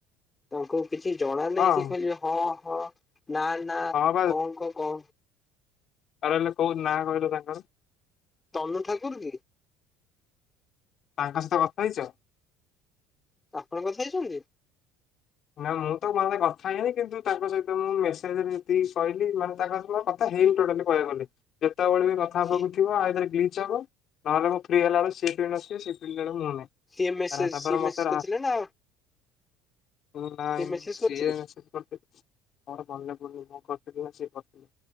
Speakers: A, on the left (about 20°); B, on the left (about 45°).
A: ତାଙ୍କୁ। କିଛି ଜଣା ନାହିଁ
B: ହଁ
A: ସେ ଖାଲି ହଁ ହଁ ନା ନା
B: ହଁ
A: କଣ କ କ
B: ଆଉ ରହିଲ କୋଉ ନା କହିଲ ତାଙ୍କର।
A: ତନୁ ଠାକୁର କି?
B: ତାଙ୍କ ସହିତ କଥା ହେଇଛ?
A: ଆପଣଙ୍କ କଥା ହେଇଛନ୍ତି?
B: ନା ମୁଁ ତ <unintelligible> କଥା ହେଇନି କିନ୍ତୁ ତାଙ୍କ ସହିତ ମୁଁ ମେସେଜରେ ଯେତିକି ଶଇଲି ମାନେ ତାଙ୍କ ସହିତ କ କଥା ହେଇନି ଟୋଟାଲି କହିବାକୁ ଗଲେ ଯେତେବେଳେ ବି କଥା
A: ସି
B: ହବାକୁ ଥିବ ଆଇଦର ଗ୍ଲିଚ ହବ। ନହେଲେ ମୁଁ ଫ୍ରି ହେଲା ବେଳକୁ ସେ ଫ୍ରି ନ ଥିବେ ସେ ଫ୍ରି ହେଲା ବେଳକୁ ମୁଁ ନାହିଁ।
A: ସିଏ ମେସେଜ
B: ତାର- ତାପରେ
A: ସିଏ
B: ମତେ
A: ମେସେଜ କରିଥିଲେ ନା?
B: ଉଁ ନାଇ
A: ସିଏ ମେସେଜ
B: ସିଏ
A: କରିଥିଲେ?
B: ମେସେଜ କରିଥି। ମୋର ମନେ ପଡୁନି ମୁଁ କରିଥିଲି ନା ସିଏ କରିଥିଲେ